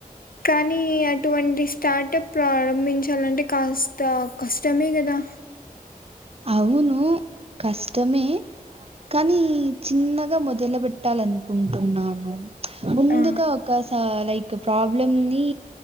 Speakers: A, on the left; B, on the right.
A: కానీ అ టువంటి స్టార్టప్ ప్రారంభించాలంటే కాస్త కష్టమే కదా
B: అవును కష్టమే కానీ చిన్నగా మొదల పెట్టాలనుకుంటున్నాను ముందుక
A: ఆ
B: ఒక స లైక్ ఒక ప్రాబ్లమ్ నీ